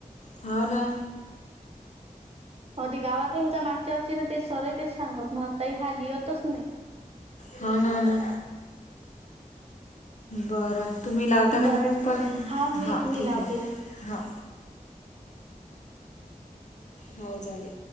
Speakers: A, on the left (about 55°); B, on the right (about 45°).
A: हाव ना.
B: अदी गावातही होता मागच्या ववरची तर ते सरही तेच सांगत मग तही हा लिहतच नाही <unintelligible>
A: हा ना ना. बरं तुम्ही लावता का
B: बरं
A: तिकडून कॉल?
B: ठीक आहे हा मी
A: हां,
B: मी
A: ठीक
B: लावतो
A: आहे
B: एक
A: हां. हाव झाले.